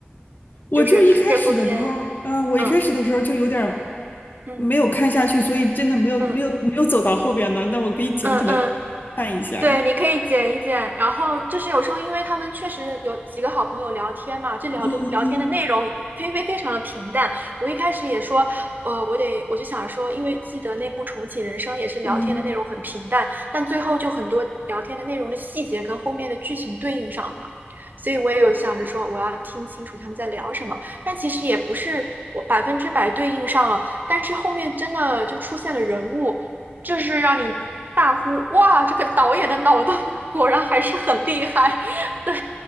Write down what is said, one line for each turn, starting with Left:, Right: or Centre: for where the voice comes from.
Left: <laughs> 我就一开始的时候，
Right: 就是这部片，
Left: 嗯、呃我一开始的时候就有点
Right: 嗯嗯
Left: 没有看下去，所以真的没有没有没有走到后边的。
Right: 嗯
Left: 那我可以捡起来再
Right: 嗯嗯。
Left: 看一下。
Right: 对，你可以剪一剪，然后就是有时候，因为他们确实有几个好朋友聊天嘛，这聊的聊天的内容非非非常的平淡。
Left: 嗯嗯
Right: 我一开始也说，呃，我得我就想说，因为记得那部《重启人生》也是聊天的内容很平淡，
Left: 嗯，
Right: 但最后就很多聊天的内容的细节跟后面的剧情对应上了嘛，所以我也有想着说，我要听清楚他们在聊什么。但其实也不是我百分之百对应上了，但是后面真的就出现了人物。这是让你大呼哇，这个导演的脑洞 <laughs> 果然还是很厉害。<laughs> 对，